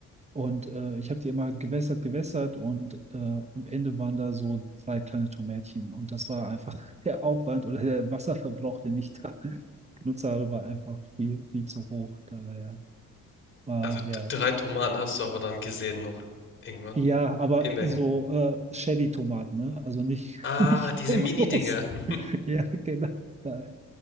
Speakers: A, on the right (about 20°); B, on the left (about 40°).
A: Und äh, ich habe die immer gewässert, gewässert und äh, am Ende waren da so drei kleine Tomätchen. Und das war einfach <laughs> der Aufwand oder der Wasserverbrauch, den ich da <laughs> genutzt habe, war einfach viel, viel zu hoch. Daher war
B: Also
A: ja.
B: d- drei Tomaten hast du aber dann gesehen noch. Irgendwann.
A: Ja, aber
B: Immerhin.
A: so äh, Shelly-Tomaten, ne? Also nicht,
B: Ah,
A: <laughs> nicht
B: diese
A: so
B: Mini-Dinger.
A: groß.
B: <laughs>
A: <laughs> Ja, genau. Daher.